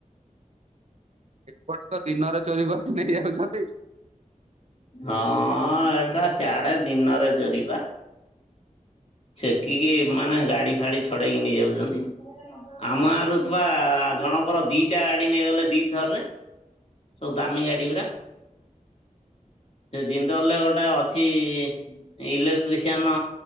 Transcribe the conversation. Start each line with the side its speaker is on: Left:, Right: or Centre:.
Right: ଏପଟେତ ଦିନରେ ଚୋରି କରି ନେଇ ଯାଉଚନ୍ତି।
Left: ହଁ ଏଟା ସିଆଡ଼େ ଦିନରେ ଚୋରିପା। ଛେକିକି ମାନେ ଗାଡ଼ି ଫାଡ଼ି ଛଡ଼େଇକି ନେଇ ଯାଉଚନ୍ତି। ଆମ ଗାଁରୁ ଥିବା ଜଣଙ୍କର ଦିଟା ଗାଡ଼ି ନେଇଗଲେ ଦିଥରରେ। ସବୁ ଦାମୀ ଗାଡ଼ି ଉରା। ସେ ଜିନ୍ଦଲରେ ଗୋଟେ ଅଛି ଇଲେକ୍ଟ୍ରିସିଆନ